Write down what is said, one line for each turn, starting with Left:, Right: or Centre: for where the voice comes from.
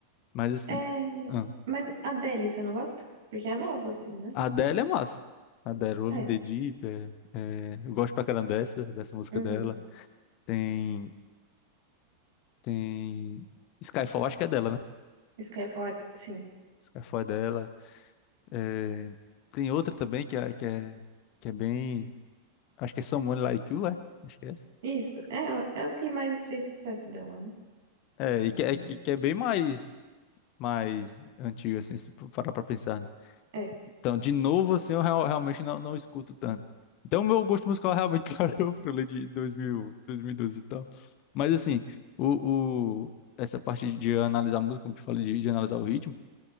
Left: Mas assim,
Right: É,
Left: ah,
Right: mas a Adele, você não gosta? Porque é nova, assim, né?
Left: a Adele é massa. A Adele, Rolling
Right: É.
Left: in the Deep, é, é, eu gosto pra caramba dessa, dessa música
Right: Uhum.
Left: dela. Tem, tem Skyfall, acho que é dela, né?
Right: Skyfall, é- sim.
Left: Skyfall é dela. É, tem outra também que é, que é, que é bem. Acho que é Someone Like You, é? Acho que é essa.
Right: Isso, é, é as que mais fez sucesso dela, né?
Left: É,
Right: Essas
Left: e que
Right: daí.
Left: é, que, que é bem mais, mais antigo, assim, se for parar pra pensar, né?
Right: É.
Left: Então, de novo, assim, eu real- realmente não, não escuto tanto. Então, meu gosto musical realmente <laughs> parou pra ler de 2000, 2012 e doze e tal. Mas, assim, o, o, essa parte de analisar a música, como te falei, de, de analisar o ritmo,